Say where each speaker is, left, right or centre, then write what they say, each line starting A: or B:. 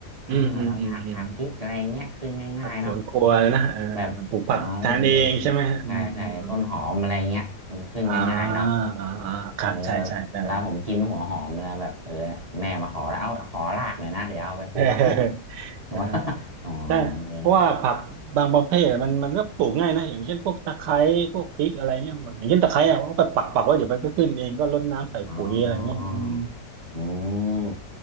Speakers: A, on the right; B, on the right.
A: อ่าทำผักผักพริกอะไรเงี้ยขึ้นง่ายๆเนาะ
B: อืมอืมอืมอืมผักสวนครัวเลยนะเออปลูกผักทานเองใช่ไหมฮะอืมอืมอืม
A: แบบอ๋อเออเออ ใช่ใช่ต้นหอมอะไรเงี้ยมันขึ้นง่ายๆเนาะ
B: อ่าอ่าอ่าครับใช่ใช่ใช่
A: เออเวลาผมกินหัวหอมเวลาแบบเออแม่มาขอแล้วเอาขอรากหน่อยนะเดี๋ยวเอาไปปลูก
B: <laughs> เออเออ
A: <laughs> อ๋อ
B: ใช่เพราะว่าผักบางประเภทอะมันมันก็ปลูกง่ายนะอย่างเช่นพวกตะไคร้พวกพริกอะไรเงี้ยอย่างเช่นตะไคร้อะก็ไปปักปักไว่าเดี๋ยวมันก็ขึ้นเองก็รดน้ำใส่ปุ๋ยอะไรเงี้ยอืม
A: เอออ๋ออืม